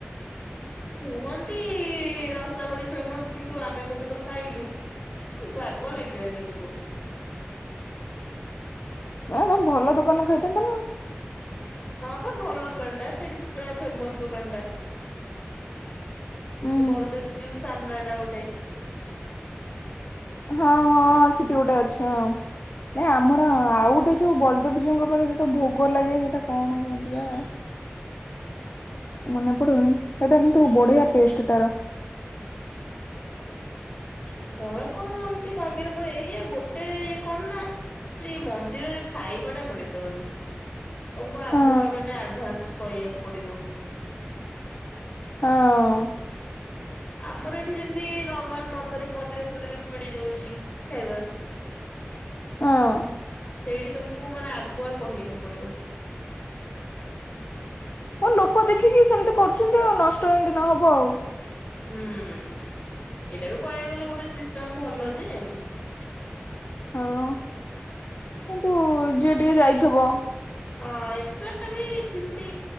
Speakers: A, on the left; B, on the left.
A: କୁହନ୍ତି ରସ ଭଳି ଫେମସ କିନ୍ତୁ ଆମେ ଗୋଟେ ଥର ଖାଇଲୁ ବାାଗ ଲାଗିଲାନି ଏତେ।
B: ନା ଭଲ ଦୋକାନରୁ ଖାଇଥାନ୍ତ ନା।
A: ହଁ ବା ଭଲ ଦୋକାନଟା ସେଇଠି ପୁରା ଫେମସ ଦୋକାନ ଟା।
B: ହୁଁ
A: ସେ ବଳଦେବ ଯିଉ ସାମ୍ନା ଟା ଗୋଟେ।
B: ହଁ ହଁ ସେଠି ଗୋଟେ ଅଛି ହଁ। ନାଇଁ ଆମର ଆଉ ଗୋଟେ ଯୋଉ ବଲଦେବଜିଉଙ୍କ ପାଖରେ ଯୋଉଟା ଭୋଗ ଲାଗେ ସେଇଟା କଣ କୁହନ୍ତି ବା। ମନେ ପଡୁନି ସେଇଟା କିନ୍ତୁ ବଢିଆ
A: ହୁଁ
B: ଟେଷ୍ଟ ତାର।
A: କେତେବେଳେ କଣ ଏମତି ବାାଗ୍ୟରେ ପଳେଇ ଏଇ ଗୋଟେ ଇଏ କଣ ନା ସେ ମନ୍ଦିରରେ ଖାଇବା ଟା ମିଳିବନି। ତମକୁ ଆଗୁଆ
B: ହଁ
A: ମାନେ ଆଡଭାନ୍ସ କହିବାକୁ ପଡିବ।
B: ହଁ।
A: ଆମର ଏଠି ଯେମିତି ନର୍ମାଲ ମନ୍ଦର ମନ୍ଦିର ଫନ୍ଦିର ମିଳିଯାଉଛି ଖାଇବା।
B: ହଁ।
A: ସେଇଠି ତମକୁ ମାନେ ଆଗୁଆ କହିବାକୁ ପଡିବ।
B: ହଁ ଲୋକ ଦେଖିକି ସେମିତି କରୁଛନ୍ତି ଆଉ ନଷ୍ଟ ଏମିତି ନହବ ଆଉ।
A: ହୁଁ। ଏଇଟା ବି କହିବାକୁ ଗଲେ ଗୋଟେ ସିଷ୍ଟଷ୍ଟେମ ଭଲ ଯେ।
B: ହଁ କିନ୍ତୁ ଝିଏ ଟିକେ ଯାଇଥିବ
A: ହଁ ଏକ୍ସଟ୍ରା ବିମତି